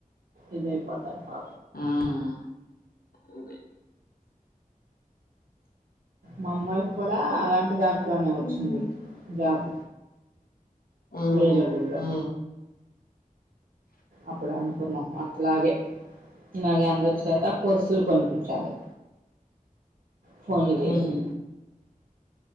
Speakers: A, on the right (about 70°); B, on the left (about 80°).
A: ఇద అయిపోతారు పు
B: మ్మ్ అదే
A: మా అమ్మాయికి కూడా అలాంటి దాంట్లోనే వచ్చింది
B: మ్మ్
A: జాబ్
B: ఆ
A: వేరే ఊళ్ళో
B: ఆ
A: అప్పుడనుకు ఆ అలాగే అలాగే అందరి చేత కొర్సులు కొనిపించాలి ఫోన్లు చేసి
B: మ్మ్